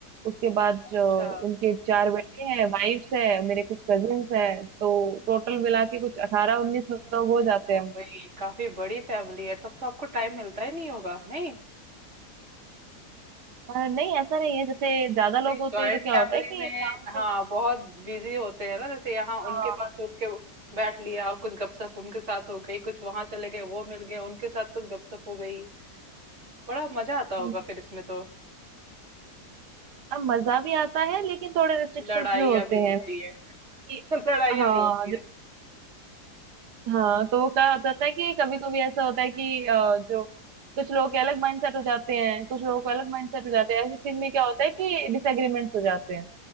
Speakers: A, on the right (about 90°); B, on the right (about 45°).
A: उसके बाद
B: अच्छा
A: जो उनके चार बेटे हैं वाइफ्स है मेरे कुछ कजिन्स हैं तो टोटल मिला के कुछ अठारह उन्नीस लोग हो जाते
B: ओ
A: हैं हम
B: भाई काफी बड़ी फैमिली है तब तो आपको टाइम मिलता ही नहीं होगा नहीं
A: अ, नहीं ऐसा नहीं है जैसे ज्यादा लोग
B: नहीं
A: होते
B: जॉइंट
A: हैं तो क्या
B: फैमिली
A: होता है कि
B: में
A: काम जो
B: हाँ
A: होता है,
B: बहुत बिजी होते हैं ना जैसे यहाँ
A: हाँ
B: उनके पास उठ के बैठ लिया कुछ गपशप उनके साथ हो गई कुछ वहां चले गए वो मिल गए उनके साथ कुछ गपशप हो गई बड़ा मजा आता होगा
A: जैसे,
B: फिर इसमें तो
A: अब मजा भी आता है लेकिन थोड़े रिस्ट्रिक्शंस
B: लड़ाइयाँ
A: भी होते
B: भी होती
A: हैं
B: है <laughs>
A: कि
B: लड़ाइयाँ
A: हाँ
B: भी होती है
A: जैसे- हाँ तो वो क्या हो जाता है कि कभी कभी ऐसा होता है कि अ, जो कुछ लोग के अलग माइंडसेट हो जाते हैं कुछ लोगों के अलग माइंडसेट हो जाते हैं ऐसे सीन में क्या होता है कि डिसएग्रीमेंट्स हो जाते हैं